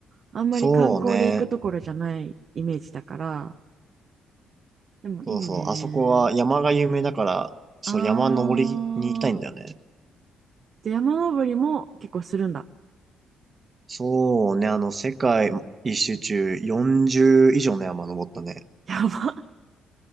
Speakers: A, on the right (about 55°); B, on the right (about 35°).
A: あんまり観光で行くところじゃないイメージだから、
B: そうね。
A: でもいいね。
B: そうそう。あそこは山が有名だから、そう、
A: あー。
B: 山登りに行きたいんだよね。
A: で山登りも結構するんだ。
B: そうね。あの、世界一周中40以上の山登ったね。
A: やば。